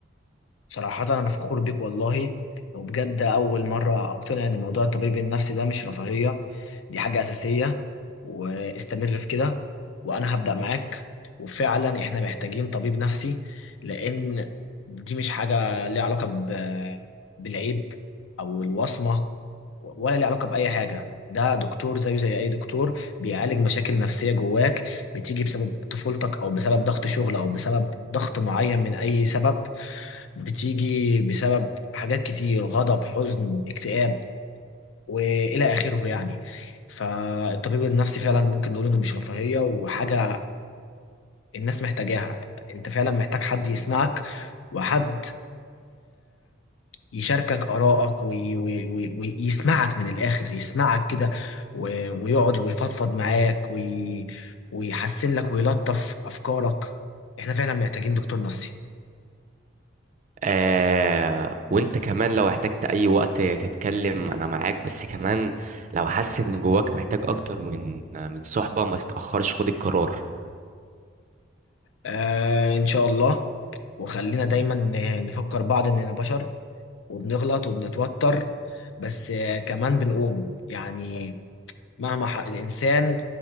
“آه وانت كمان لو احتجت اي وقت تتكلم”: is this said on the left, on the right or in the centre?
Right